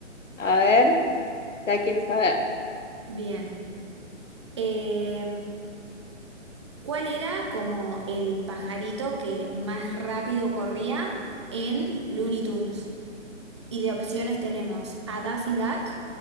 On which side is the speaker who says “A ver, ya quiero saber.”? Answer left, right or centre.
Left